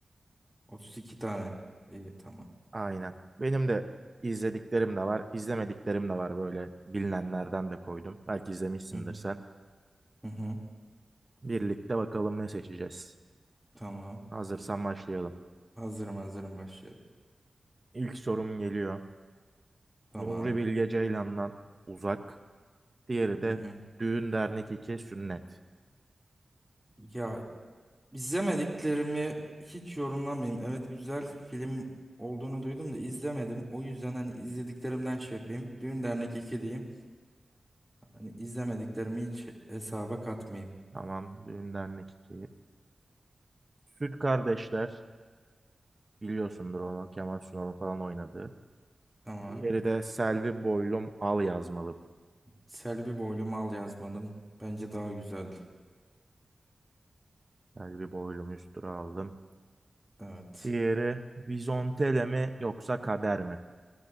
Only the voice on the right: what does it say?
aynen. Benim de izlediklerim de var izlemediklerim de var böyle bilinenlerden de koydum. Belki izlemişsindir
sen.
Birlikte bakalım ne seçeceğiz.
Hazırsan başlayalım.
İlk sorum geliyor.
Nuri Bilge Ceylan'dan Uzak Diğeri de
düğün dernek iki sünnet.
Tamam düğün dernek iki Süt Kardeşler biliyorsundur onu Kemal Sunal'ın falan oynadığı.
Diğeri de Selvi Boylum Al yazmalı.
Selvi Boylum üstüne aldım.
Diğeri Vizontele mi yoksa Kader mi?